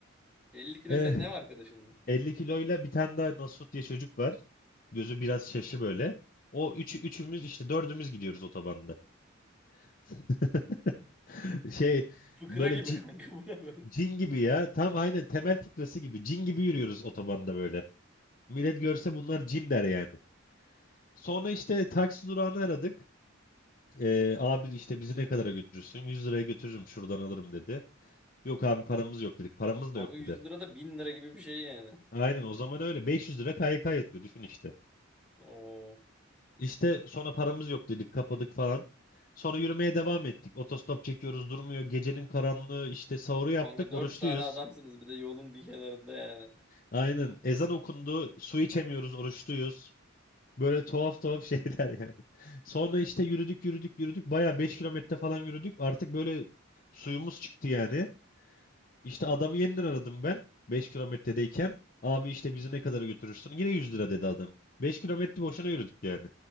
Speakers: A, in the centre; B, on the left (about 45°).
A: 50 kilo
B: Eh,
A: senin ne var arkadaşınla?
B: 50 kiloyla bir tane daha Nasut diye çocuk var. Gözü biraz şaşı böyle. O üçü, üçümüz işte dördümüz gidiyoruz otobanda. <laughs> Şey
A: Fıkra
B: böyle
A: gibi
B: ci-
A: kanka bu ne böyle?
B: cin, gibi ya. Tam aynen temel fıkrası gibi. Cin gibi yürüyoruz otobanda böyle. Millet görse bunlar cin der yani. Sonra işte taksi durağını aradık. Ee, abi işte bizi ne kadara götürürsün? 100 liraya götürürüm şuradan alırım dedi. Yok abi paramız yok dedik. Paramız
A: Kanka
B: da yok
A: 100
B: dedi.
A: lira da 1000 lira gibi bir şey yani.
B: Aynen o zaman öyle. 500 lira KYK yatıyor düşün işte.
A: Oo.
B: İşte sonra paramız yok dedik kapadık falan. Sonra yürümeye devam ettik. Otostop çekiyoruz durmuyor. Gecenin karanlığı işte sahuru yaptık
A: Kanka dört
B: oruçluyuz.
A: tane adamsınız bir de yolun bir kenarında yani.
B: Aynen ezan okundu su içemiyoruz oruçluyuz. Böyle tuhaf tuhaf <laughs> şeyler yani. Sonra işte yürüdük yürüdük yürüdük. Baya 5 kilometre falan yürüdük. Artık böyle suyumuz çıktı yani. İşte adamı yeniden aradım ben 5 kilometredeyken. Abi işte bizi ne kadara götürürsün? Yine 100 lira dedi adam. 5 kilometre boşuna yürüdük yani.